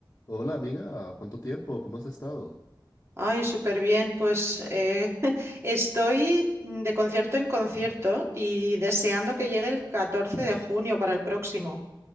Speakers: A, on the left; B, on the right.
A: Hola amiga, ¿cuánto tiempo? ¿Cómo has estado?
B: Ay, súper bien. Pues eh, <laughs> estoy de concierto en concierto y deseando que llegue el 14 de junio para el próximo.